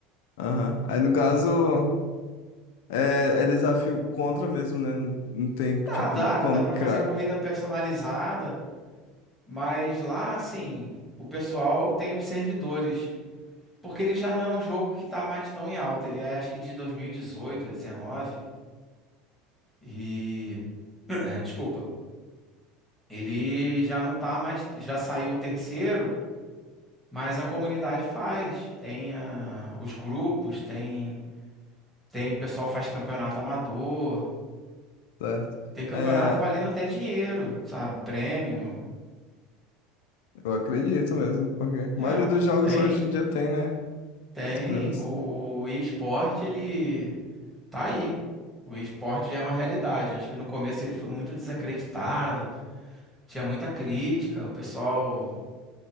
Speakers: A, on the left; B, in the centre.
A: aham. Aí, no caso, é, é desafio contra mesmo, né? Não, não tem, tipo,
B: Tá, dá,
A: como
B: dá pra
A: criar,
B: fazer corrida personalizada. Mas lá, assim, o pessoal tem os servidores. Porque ele já não é um jogo que tá mais tão em alta. Ele é acho que de 2018 ou 19. E. <clears throat> É, desculpa. Ele já não tá mais, já saiu o terceiro, mas a comunidade faz. Tem ah, os grupos, tem, tem o pessoal faz campeonato amador,
A: certo?
B: tem campeonato
A: É,
B: valendo até dinheiro, sabe? Prêmio.
A: eu acredito mesmo, porque
B: É,
A: a maioria dos jogos
B: tem,
A: hoje em dia tem, né,
B: tem.
A: os problemas.
B: O esporte ele tá aí. O esporte já é uma realidade. Acho que no começo ele foi muito desacreditado, tinha muita crítica, o pessoal.